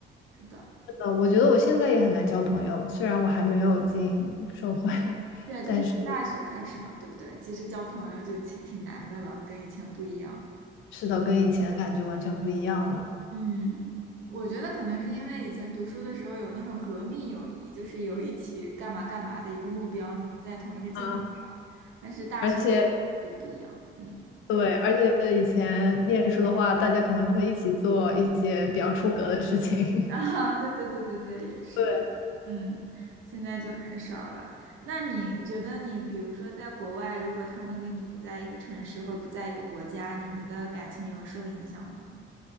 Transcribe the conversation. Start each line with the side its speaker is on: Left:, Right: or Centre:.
Right: 是的。
Left: 是的，我觉得我现在也很难交朋友，虽然我还没有进社会，<laughs>
Right: 对，就是读大学开始嘛，
Left: 但是
Right: 对不对？其实交朋友就挺挺难的了，跟以前不一样。
Left: 是的，跟以前感觉完全不一样了
Right: 嗯，我觉得可能是因为以前读书的时候有那种革命友谊，就是有一起干嘛干嘛的一个目标，你们在同一个进程上。
Left: 啊！
Right: 但是大学里就不一样，
Left: 而且
Right: 嗯，
Left: 对，而且以前念书的话，大家可能会一起做一些比较出格的事情，
Right: <laughs> 啊，对对对对对，也是，
Left: <laughs> 对，
Right: 嗯，现在就很少了。那你觉得你比如说在国外，如果他们跟你不在一个城市或者不在一个国家，你们的感情有受影响吗？